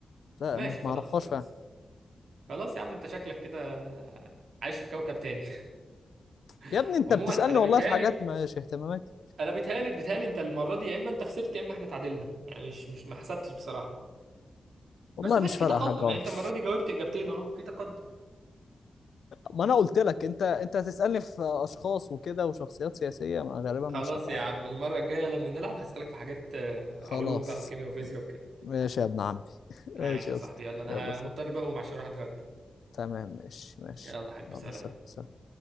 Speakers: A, on the left; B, on the right.
A: لا
B: ماشي
A: ما
B: خلاص
A: ما اعرفهاش
B: خلاص
A: فعلا
B: خلاص يا عم انت شكلك كده عايش في كوكب تاني
A: يا
B: <laughs>
A: ابني انت
B: عموما
A: بتسألني
B: انا
A: والله
B: بيتهيالي
A: في حاجات مش اهتماماتي
B: انا بيتهيالي بيتهيالي انت المرة دي يا اما انت خسرت يا اما احنا تعادلنا يعني مش مش ما حسبتش بصراحة
A: والله
B: بس ماشي
A: مش فارقة
B: في تقدم
A: حاجة عمر
B: يعني انت المره دي جاوبت اجابتين اهو في تقدم
A: ما انا قلت لك انت انت هتسألني في اشخاص وكده وشخصيات سياسية ما غالبا
B: خلاص
A: مش هبقى
B: يا عم المره الجايه لما نلعب هسألك في حاجات آه،
A: خلاص
B: علوم بقى وكيمياء وفيزياء وكده
A: ماشي يا ابن عمي
B: ماشي
A: ماشي يا
B: يا صاحبي
A: اسطى
B: يلا انا
A: يلا سلام
B: مضطر بقى اقوم عشان اروح اتغدى
A: تمام ماشي ماشي
B: يلا حبيبي
A: يلا
B: سلام
A: سلام سلام